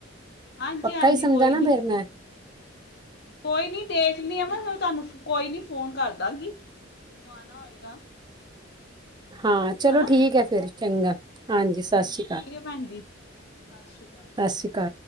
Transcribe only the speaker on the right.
ਪੱਕਾ
ਈ ਸਮਝਾ
ਨਾ
ਫਿਰ ਮੈਂ
ਹਾਂ, ਚਲੋ
ਠੀਕ ਏ, ਫਿਰ ਚੰਗਾ ਹਾਂਜੀ ਸਤਿ ਸ਼ੀ
ਕਾਲ
ਸ਼੍ਰੀ ਅਕਾਲ